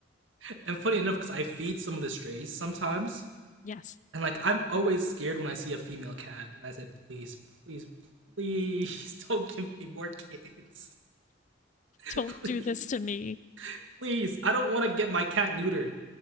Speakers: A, on the right; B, on the left.
A: <laughs> and funny enough, because I feed some of the strays sometimes,
B: <laughs> yes.
A: and like I'm always scared when I see a female cat, and I said, please, please, please, <laughs> don't give me more kids, <laughs>
B: Don't
A: please,
B: do this to me.
A: please. I don't want to get my cat neutered